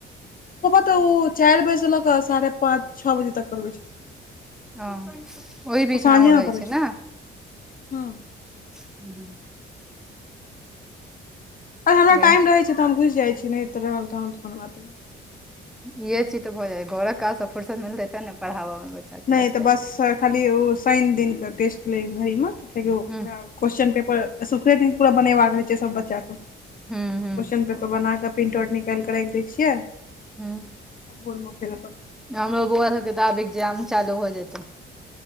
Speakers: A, on the left (about 45°); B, in the centre.
A: हा। तऽ ओ चार बजेसँ ल क साढ़े पाँच छओ। बजे तक पढ़बै छथिन।
B: ओ ओहि। बीचमे
A: ओ साँझेमे
B: अहँ रहै
A: पढ़ै
B: छी
A: छथिन
B: ने।
A: हँ।
B: हू।
A: अरे हमरा
B: बढ़िआँ
A: टाइम रहै छै। तऽ हम घुस जाइ। छी नहि तऽ रहल तहन तऽ फेन बतेब।
B: इहे चीज तऽ भऽ जाै घोर काज फुुरसत मिलते ते ने पढ़ाबा मे। बच्चाके
A: नहि
B: लगतै
A: तऽ बस खाली ओ शनि दिनके टेस्ट लै घड़ी मे कियकि ओ
B: हुँ
A: पूरा। क्वेशस्न पेपर सुखरे दिन पूरा बनेबाक रह छै। सभ बच्चाके तऽ
B: हूं हूं
A: क्वेशचन पेपर बना क। प्रिंट आउट निकालिके राखि दै छियै। आ
B: हूं
A: भोरमे फेर अप्पन।
B: हमरो बौआ सभ। के तऽ आब इक्जाम चालू हो जेतै।